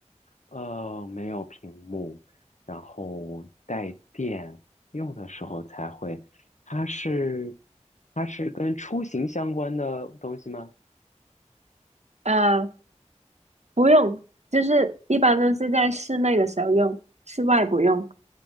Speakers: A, on the left; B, on the right.
A: 呃，没有屏幕，然后带电，用的时候才会。它是，它是跟出行相关的东西吗？
B: 呃，不用，就是一般都是在室内的时候用，室外不用。